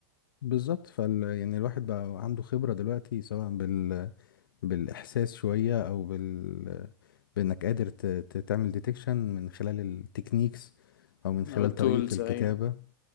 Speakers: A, on the left (about 85°); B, on the left (about 60°).
A: بالظبط فال يعني الواحد بقى عنده خبرة دلوقتي سواء بال... بالإحساس شوية أو بال بإنك قادر ت... ت- تعمل ديتكشن من خلال التكنيكس أو من خلال
B: او التولز
A: طريقة الكتابة
B: ايوه